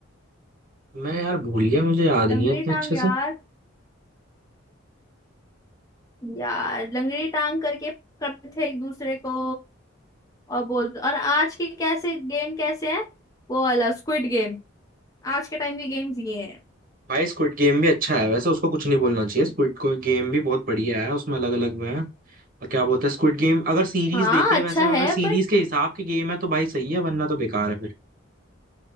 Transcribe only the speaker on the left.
लंगड़ी
टांग
यार
यार लंगड़ी टांग करके करते थे एक दूसरे को और बोलते और आज के कैसे गेम कैसे हैं वो वाला स्क्विड गेम आज के टाइम के गेम्स ये हैं
हाँ
अच्छा
है
बट